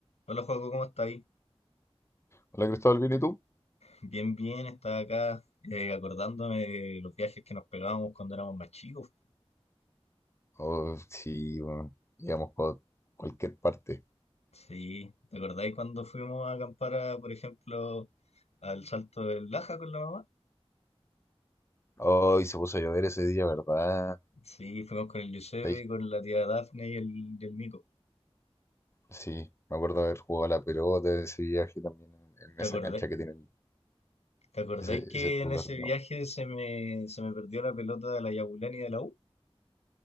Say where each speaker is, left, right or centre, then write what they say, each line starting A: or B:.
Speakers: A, on the left; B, on the left.
A: Hola Joaco, ¿cómo estáis?
B: Hola Cristóbal, ¿bien y tú?
A: Bien, bien, estaba acá eh, acordándome de los viajes que nos pegábamos cuando éramos más chicos.
B: Oh, sí, bueno, íbamos por cualquier parte.
A: Sí, ¿te acordáis cuando fuimos a acampar, a, por ejemplo, al Salto del Laja con la mamá?
B: Hoy se puso a llover ese día, ¿verdad?
A: Sí, fuimos con el Giuseppe,
B: Sí,
A: con la tía Dafne y el, y el Nico.
B: sí, me acuerdo de haber jugado a la pelota de ese viaje también en, en
A: ¿Te
B: esa
A: acordáis?
B: cancha que tiene el-
A: ¿Te acordáis
B: ese,
A: que
B: ese
A: en
B: lugar,
A: ese
B: digamos.
A: viaje se me, se me perdió la pelota de la Yabulani de la U?